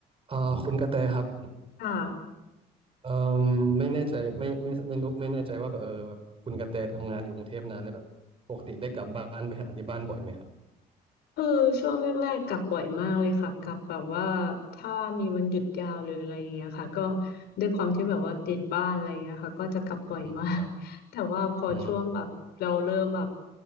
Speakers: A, on the right; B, on the left.
A: เอ่อคุณกระแตครับ
B: ค่ะ
A: เอ่อไม่แน่ใจไม่ไม่ไม่รู้ไม่แน่ใจว่าแบบเออแบบคุณกระแตทำงานอยู่กรุงเทพนานแล้วแบบปกติได้กลับบ้านไปหาที่บ้านบ่อยไหมครับ
B: คือช่วงแรกๆกลับบ่อยมากเลยค่ะกลับแบบว่าถ้ามีวันหยุดยาวหรืออะไรอย่างเงี้ยค่ะก็ด้วยความที่แบบว่าติดบ้านอะไรอย่างเงี้ยค่ะก็จะกลับบ่อยมาก
A: อืมครับ
B: <laughs> แต่ว่าพอช่วงแบบเราเริ่มแบบ
A: อืมอืม